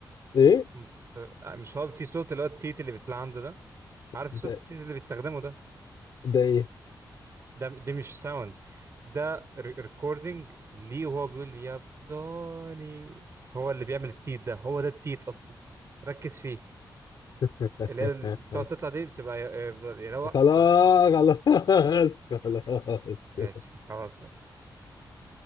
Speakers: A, on the left; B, on the right.
A: ايه
B: م- ف- مش هو في صوت اللي هو التيت اللي بيطلع عنده ده عارف
A: ده
B: صوت التيت اللي بيستخدمه ده
A: ده ايه
B: ده ده مش ساوند ده ريكوردنج ليه وهو بيقول يا بداني هو اللي بيعمل التيت ده هو ده التيت اصلا ركز فيه
A: <laughs>
B: اللي هي ال- بتقعد تطلع دي بتبقى ي- يفضل- اللي هو
A: خلاص خلاص خلاص
B: ماشي
A: <laughs>
B: خلاص ماشي